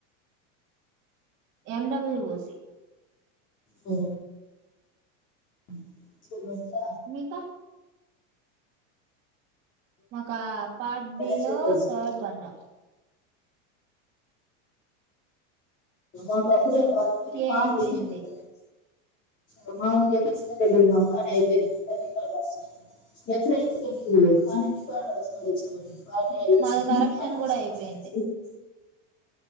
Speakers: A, on the right; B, on the left.
A: ఎమ్ డబ్ల్యూ ఓ సి
B: ఆ హ్ చ <unintelligible>
A: మీకా మాకా పార్ట్
B: వెనస్డే
A: బి లో
B: థర్స్డే
A: థార్డ్ వన్.
B: మాకు అప్పుడే బా ఒక
A: ఏ
B: పార్ట్
A: అయిపోయింది
B: అయిపోయి ఉంటది అ మాది ఎప్పు రెడీ మాకాడ అయిపోయింది రికార్డ్ రాసు ఎప్పుడు అయితే ఎంటి కానీ రికార్డ్ రాసు చబడింది పార్టీ అయిపోయింది
A: మాది కరెక్షన్
B: రీకార్డ్ రాసుకోమని
A: కూడా అయిపోయింది
B: చెప్పి <inaudible>